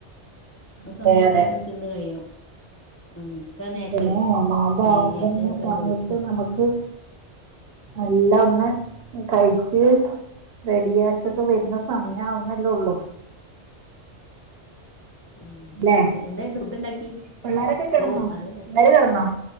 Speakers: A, on the left (about 20°); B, on the right (about 65°).
A: ആ
B: അതെ
A: സമയാവ്മ്പേക്കും
B: അതെ
A: തിന്ന് കഴിയണം ഉം ഇക്ക നേരത്തെ
B: അതെന്നെ
A: വരും
B: നോമ്പാവുമ്പോന്ന്
A: പണി കഴിഞ്ഞ് എട്ടരൊക്കെ ആകുമ്പോ
B: സമയത്ത്
A: വരും
B: നമ്മക്ക് എല്ലോന്ന് കഴിച്ച് റെഡിയാക്കിക്കെ വരുന്ന സമയ ആവുന്നല്ലേള്ളു
A: ഉം
B: അല്ലേ
A: എന്താന്ന് ഫുഡ്ണ്ടാക്കിയേ
B: പിള്ളേരൊക്കെ കിടന്നോ
A: ഓ അതന്നെ
B: പിള്ളേര് കിടന്നോ